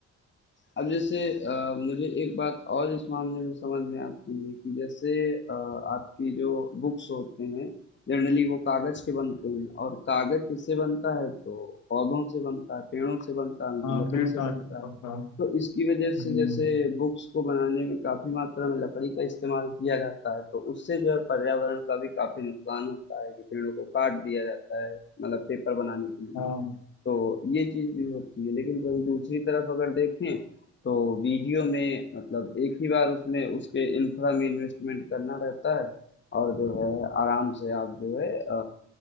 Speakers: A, on the left; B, on the left.
A: अब जैसे अ, मुझे एक बात और इस मामले में समझ में आती है कि जैसे अ, आपकी जो बुक्स होते हैं जनरली वो कागज के बनते हैं और कागज किससे बनता है तो पौधों से बनता है पेड़ों से बनता है उनकी
B: हाँ
A: लकड़ी
B: पेड़
A: से
B: का
A: बनता है
B: पत्ता
A: तो इसकी वजह
B: हम्म,
A: से जैसे बुक्स को बनाने में काफी मात्रा में लकड़ी का इस्तेमाल किया जाता है तो उससे जो है पर्यावरण का भी काफी नुकसान होता है कि पेड़ों को काट दिया जाता है मतलब पेपर बनाने के लिए
B: हाँ
A: तो ये चीज़ भी होती है लेकिन वहीं दूसरी तरफ अगर देखें तो वीडियो में मतलब एक ही बार उसमें उसके इंफ्रा में इन्वेस्टमेंट करना रहता है और जो है आराम से आप जो है अ,